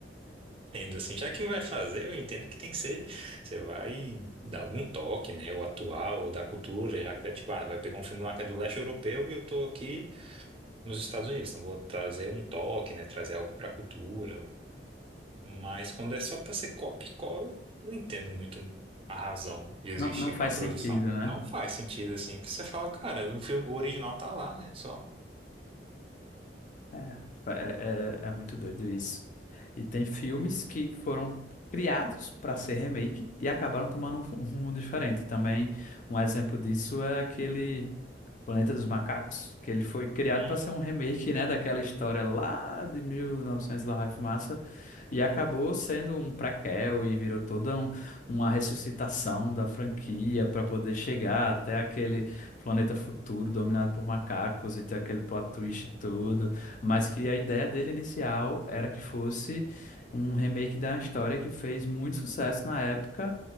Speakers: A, on the right (about 30°); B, on the left (about 45°).
A: tendo assim, já que vai fazer, eu entendo que tem que ser, você vai dar algum toque, né? Ou atual, ou da cultura, já que é tipo, ah, vai pegar um filme lá que é do leste europeu e eu tô aqui nos Estados Unidos, então vou trazer um toque, né? Trazer algo pra cultura. Mas quando é só para ser copia e cola, não entendo muito a razão de existir
B: Não, não faz
A: uma produção.
B: sentido, né?
A: Não faz sentido assim, porque você fala, cara, o filme o original tá lá, né? Só.
B: É, é, é, é muito doido isso. E tem filmes que foram criados para ser remake e acabaram tomando um, fu- um rumo diferente. Também um exemplo disso é aquele. Planeta dos Macacos, que ele foi criado
A: Hum,
B: para ser um remake, né, daquela história lá de 1900 e novecentos e lá vai fumaça, e acabou sendo um prequel e virou toda um- uma ressuscitação da franquia para poder chegar até aquele planeta futuro dominado por macacos e ter aquele plot twist e tudo, mas que a ideia dele inicial era que fosse um remake da história que fez muito sucesso na época